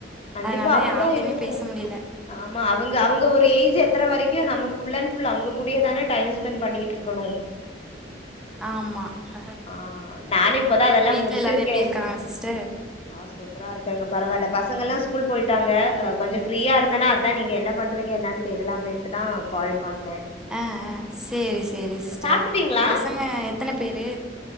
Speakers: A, on the left; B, in the centre.
A: கண்டிப்பா
B: அதனால
A: அப்டிதா
B: யாரட்டயமே
A: இருக்கு
B: பேச முடியல
A: ஆமா அவங்க அவங்க ஒரு ஏஜ் எத்துற வரைக்கூ நம்ம ஃபுல் அன் ஃபுல் அவங்க கூடயே தான டைம் ஸ்பெண்ட் பண்ணிட்டுருக்கனோ
B: ஆமா அ ஹெ
A: ஆ நானு
B: அ
A: இப்பதா அதெல்லா
B: விட்ல
A: முடிச்சிருக்கே
B: எல்லாரூ எப்டி இருக்காங்க சிஸ்டர்
A: ஆ சூப் சூப்பிறா இருக்கோங்க பரவால்லா பசங்கெல்லா ஸ்கூல் போயிட்டாங்க அ கொஞ்சொ ஃப்ரீயா இருந்தனா அதா நீங்க என்ன பண்றீங்க என்னன்னு தெரில்லாமேன்ட்டு தா கால் பண்ணே
B: அ ஆ சேரி சேரி சிஸ்டர்
A: சாப்ட்டுட்டீங்களா
B: பசங்க எத்தன பேரு